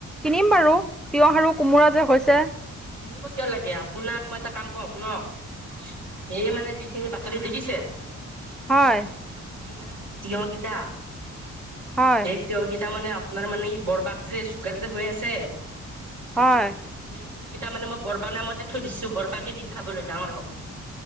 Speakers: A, in the centre; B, on the right (about 90°).
A: কিনিম বাৰু তিঁয়ঁহ আৰু কোমোৰা যে হৈছে
B: কিনিব কিয় লাগে আপোনাক মই এটা কাম কৰ শুনক সে মানে যিখিনি পাচলি দেখিছে
A: হয়
B: ই মানে মূ্তয়োগিতা
A: হয়
B: এক তেওঁকেইটা মানে আপোনাৰ মানে এই বৰবাগ যে চুগাৰ যে হৈ আছে
A: হয়
B: সকেইটা মানে মই বৰবা নামতে থৈ দিছো বৰবাকে দিন খাবলৈ ডাঙৰ হওক